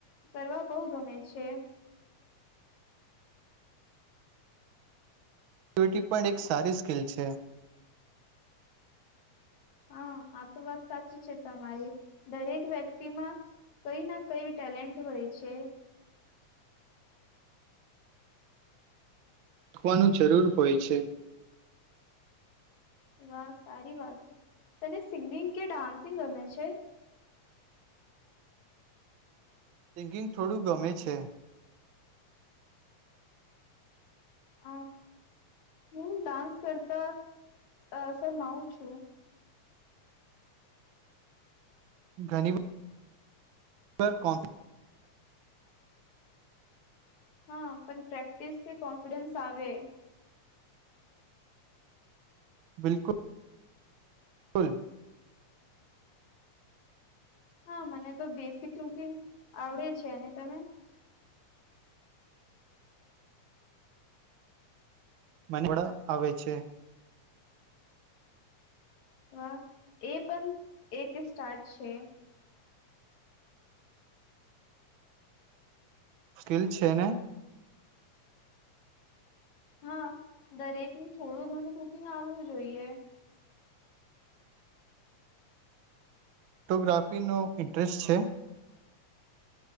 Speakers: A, on the left; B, on the right.
A: કરવા બહુ ગમે છે
B: એકવિટી પણ એક સારી સ્કિલ છે
A: હા આ તો વાત સાચી છે તમારી દરેક વ્યક્તિમાં કઈ ના કઈ ટેલેન્ટ હોય છે
B: રાખવાનું જરૂર હોય છે
A: એ વા સારી વાત છે તને સિંગિંગ કે ડાન્સિંગ ગમે છે
B: સિંગિંગ થોડું ગમે છે
A: હ હું ડાન્સ કરતા શર માઉું છું
B: ઘણી વા ઉપર કોણ છે?
A: હા પણ પ્રેક્ટિસથી કોન્ફિડન્સ આવે.
B: બિલકુલ બિલકુલ.
A: હા મને તો બેસિકુ ક આવડે છે અને તમે?
B: મનડા આવે છે.
A: હ એ પણ એક સ્ટાર્ટ છે.
B: સ્કીલ છે ને.
A: હા દરેકનું થોડું ઘણું કુકિંગ આવડું જોઈએ.
B: ફોટોગ્રાફીનો ઇન્ટરેસ્ટ છે?